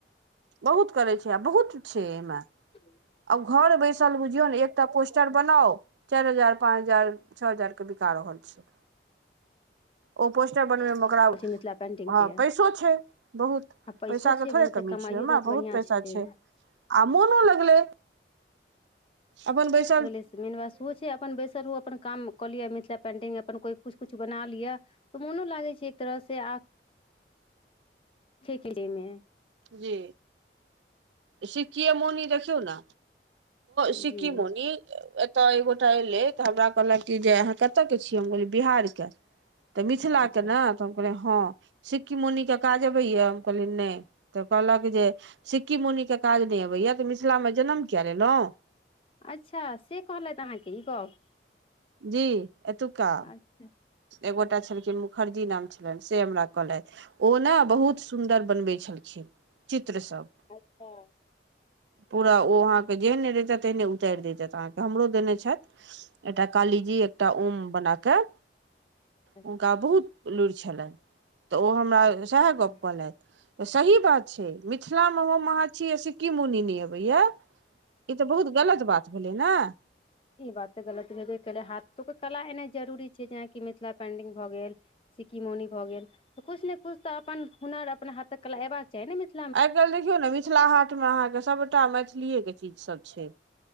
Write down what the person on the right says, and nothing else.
बहुत करे छे आ बहुत छे एहि मे
आ घर बेसल बुझियो नहि एकटा पोस्ट पिक्चर बनाउ चार हजार पाँच हजार छै ओ हजार के बिका रहल छे
ओ पोस्टर बन
बे
मेओकरा
हा
पैसो छे बहुत
पैसा
के थोड़े
कमी
छे ओ
बहुत पैसा
छे आ मोनो लागले अपन बेश
जी सिकिया मोनि देखियौ ने सिक्किम
मोनी। एता एक गोटा एयले तऽ हमरा कहलक कि जे अहा कतय के छियो हम कहलो बिहार के तऽ मिथिलाक
के ने तऽ हम कहलिये हा सिक्की मुनी काज अबैय हम कहलिये ने तऽ कहलक जे सिक्की मुनि के काज ने अबैया तऽ मिथिलामे जनम किया लेलो
जी एतुकऽ
एगोटा छलखिन मुखर्जी नाम छेल से हमरा कहलेथ ओ ने बहुत सुन्दर बन बै छलखिन चित्र सभ
पूरा ओ अहा के जेह ने रहत तेहने उतारि दतत अहाँकेँ हमरो देने छथि एटा काली जी एकटा ओम बना कऽ
हुनका बहुत लुरि छेन। तऽ ओ हमरा
साह
गप केलाय तऽ सही बात छे मिथिला मे हम अहा छी कि मुनि ने अबेय ई तऽ बहुत गलत बात भेले ने
आइ काल्हि देखियौ ने मिथिला हाट मे अहाँकेँ सभटा मैथीले के चीज सभ छै